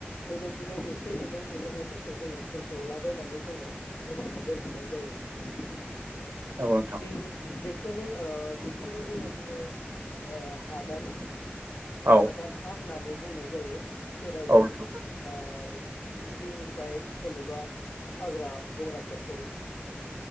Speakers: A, on the left; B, on the right.
A: बेबायदिनो एसे एनै नुजानायफोरखौ जोङो बुरग्ल'लाबायनानै जोङो गोजान दोनैनाय जायो।
B: औ नोंथां
A: बे बेखौनो बेखौनो जोङो बुङो हादान।
B: औ
A: हादान हा होननानै। बुंनाय जायो। जेराव
B: औ
A: जों
B: नोंथां
A: ओ गिबिनिफ्राय जेनेबा हाग्रा बंग्राफोरखौ